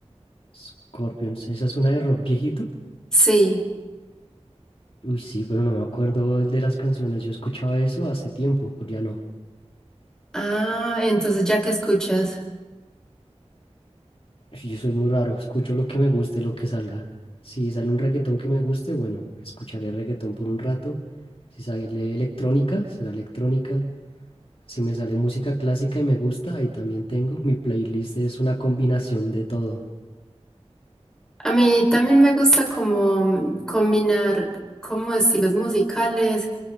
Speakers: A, on the left (about 55°); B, in the centre.
A: Scorpions, ¿esa es una de rock viejito?
B: Sí,
A: Uy, sí, pero no me acuerdo de las canciones. Yo escuchaba eso hace tiempo, pero ya no.
B: ah, entonces ya que escuchas.
A: Sí, Yo soy muy raro, escucho lo que me guste, lo que salga. Si sale un reggaetón que me guste, bueno, escucharé reggaetón por un rato. Si sale electrónica, será electrónica. Si me sale música clásica y me gusta, ahí también tengo. Mi playlist es una combinación de todo.
B: A mí también me gusta como combinar como estilos musicales,